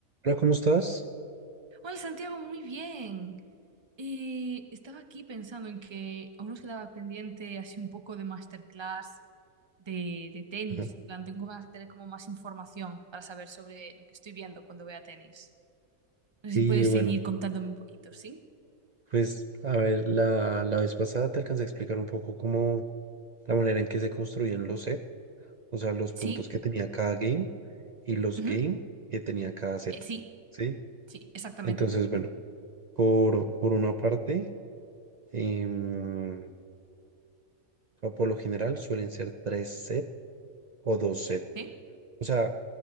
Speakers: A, on the right; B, on the right.
A: Hola, ¿cómo estás?
B: Hola Santiago, muy bien. Eh, estaba aquí pensando en que aún nos quedaba pendiente así un poco de masterclass de, de tenis.
A: Ajá.
B: En plan, tengo ganas de tener como más información para saber sobre lo que estoy viendo cuando vea tenis. No
A: Sí,
B: sé si puedes
A: bueno,
B: seguir contándome un poquito, ¿sí?
A: pues
B: Sí.
A: a ver, la, la vez pasada te alcancé a explicar un poco cómo la manera en que se construían los set, o sea, los puntos
B: ¿Sí?
A: que tenía cada game y los
B: Ujú.
A: game que tenía cada set,
B: Eh, sí,
A: ¿sí?
B: sí, exactamente.
A: Entonces, bueno, por, por una parte, em, o sea, por lo general suelen ser tres set o dos set,
B: ¿Ok?
A: o sea,